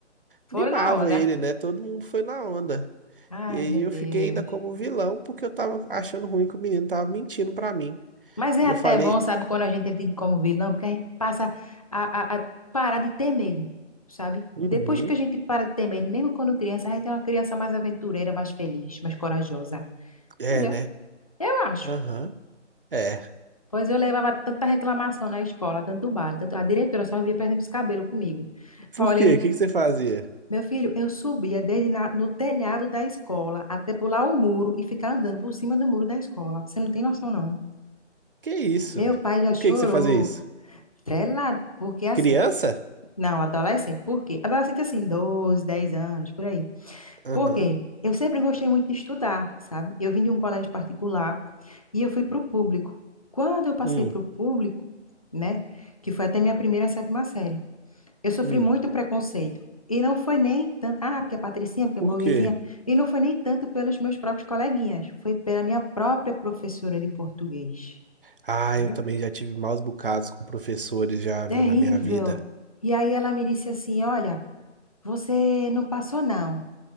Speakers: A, on the left (about 30°); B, on the right (about 50°).
A: Foram
B: mimava
A: na onda.
B: ele, né? Todo mundo foi na onda.
A: Ai,
B: E aí
A: meu
B: eu
A: Deus.
B: fiquei ainda como vilão, porque eu tava achando ruim que o menino tava mentindo pra mim.
A: Mas é
B: E
A: até
B: eu falei,
A: bom, sabe, quando a gente é tido como vilão, porque a gente passa a, a, a parar de ter medo, sabe?
B: uhum,
A: Depois que a gente para de ter medo, mesmo quando criança, a gente é uma criança mais aventureira, mais feliz, mais corajosa.
B: é,
A: Entendeu?
B: né?
A: Eu acho.
B: Aham, é.
A: Pois eu levava tanta reclamação na escola, tanto bala, tanto... a diretora só via perdendo os cabelos comigo.
B: Por
A: Olhem.
B: quê? O que que você fazia?
A: Meu filho, eu subia dele na- no telhado da escola até pular o muro e ficar andando por cima do muro da escola. Você não tem noção, não.
B: Que isso?
A: Meu pai já
B: Por
A: chorou,
B: que que você fazia isso?
A: trelado, porque assim,
B: Criança?
A: não, adolescente, por quê? Adolescente assim, 12, 10 anos, por aí.
B: Aham.
A: Por quê? Eu sempre gostei muito de estudar, sabe? Eu vim de um colégio particular e eu fui para o público. Quando eu passei
B: Hum,
A: para o público, né, que foi até minha primeira sétima série, Eu sofri
B: hum.
A: muito preconceito. E não foi nem tanto, ah, porque é patricinha, porque
B: Por
A: é burguesinha.
B: quê?
A: E não foi nem tanto pelos meus próprios coleguinhas. Foi pela minha própria professora de português.
B: Ah,
A: Entendeu?
B: eu também já tive maus bocados com professores já,
A: Terrível.
B: viu, na minha vida.
A: E aí ela me disse assim: Olha, você não passou, não.